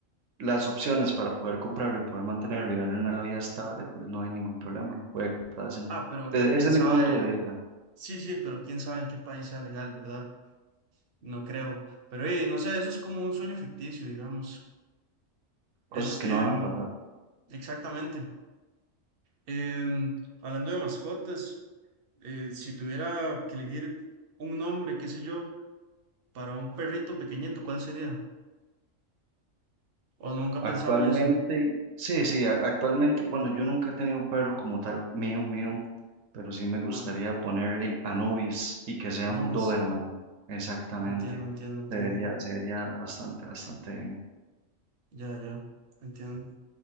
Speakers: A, on the right; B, on the right.
A: las opciones para poder comprarlo y poder mantenerlo y darle una vida estable, pues no hay ningún problema, puede comprárselo.
B: Ah, pero
A: De- ese
B: quién
A: es
B: sabe.
A: mi punto de vista,
B: Sí, sí, pero quién sabe en qué país sea legal, ¿verdad? No creo. Pero eh, no sé, eso es como un sueño ficticio, digamos. Este,
A: cosas que no van
B: mm,
A: a pasar.
B: exactamente. Em, hablando de mascotas, eh, si tuviera que elegir un nombre, qué sé yo, para un perrito pequeñito, ¿cuál sería? O nunca
A: Actualmente,
B: pensaba en eso.
A: sí, sí, a- actualmente, bueno, yo nunca he tenido un perro como tal, mío, mío, pero sí me
B: Ajá.
A: gustaría ponerle Anubis y que sea
B: No,
A: un
B: es-
A: Doberman, exactamente.
B: entiendo, entiendo, entiendo.
A: Se vería, se vería bastante, bastante bien.
B: Ya, ya, entiendo.